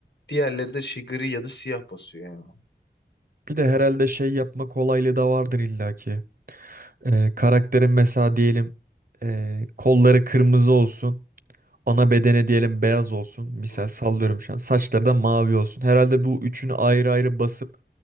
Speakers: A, on the left; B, on the right.
A: Diğerleri de şey gri ya da siyah basıyor yani.
B: Bir de herhalde şey yapma kolaylığı da vardır illaki. Ee, karakterin mesela diyelim ee, kolları kırmızı olsun. Ana bedene diyelim beyaz olsun. Misal
A: Hı.
B: sallıyorum şu an. Saçları da mavi olsun. Herhalde bu üçünü ayrı ayrı basıp